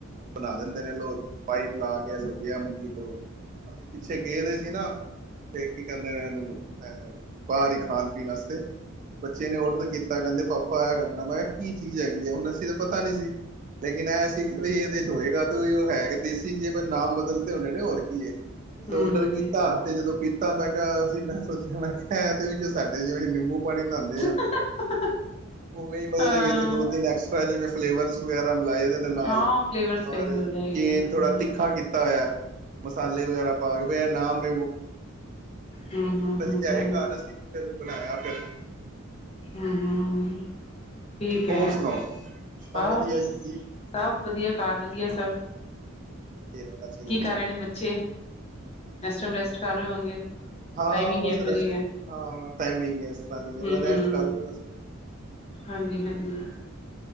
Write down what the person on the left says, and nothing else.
ਹੂੰ-ਹੂੰ।
<inaudible>
ਹਾਂ,
ਹਾਂ ਫਲੇਵਰਸ
ਕਈ ਮਿਲਦੇ ਹੈਗੇ
ਨੇ
ਹੂੰ।
ਹੂੰ-ਹੂੰ-ਹੂੰ-ਹੂੰ-ਹੂੰ,
ਹੂੰ-ਹੂੰ ਠੀਕ ਐ,
ਆ
ਬਸ।
ਸਭ ਵਧੀਆ ਘਰ ਵਧੀਆ ਸਭ।
ਕੀ ਕਰ ਰਹੇ ਨੇ ਬੱਚੇ,
ਇਸ ਟਾਈਮ ਰੈਸਟ ਕਰ ਰਹੇ ਹੋਣਗੇ।
ਟਾਈਮਿੰਗ
ਇਹੋ
ਜਿਹੀ ਹੈ
ਹੂੰ-ਹੂੰ,
ਹਾਂਜੀ-ਹਾਂਜੀ।